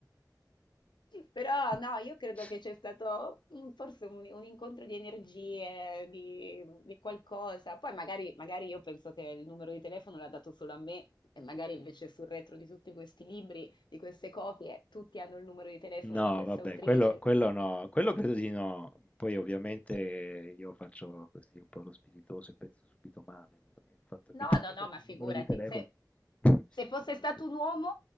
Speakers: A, on the left; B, on the left.
A: <laughs>
B: Però no, io credo che c'è stato mm, forse un, un incontro di energie, di, di qualcosa. Poi magari, magari io penso che il numero di telefono l'ha dato solo a me e magari invece sul retro di tutti questi libri, di queste copie, tutti hanno il numero di telefono
A: No,
B: di questa
A: vabbè,
B: autrice.
A: quello, quello no, quello credo di no. Poi ovviamente io faccio così un po' lo spiritoso e penso subito male. eh, Il fatto
B: No,
A: che ti
B: no,
A: vedo
B: no,
A: sul
B: ma figurati,
A: numero di telefono.
B: se,
A: <laughs>
B: se fosse
A: Eh,
B: stato un uomo,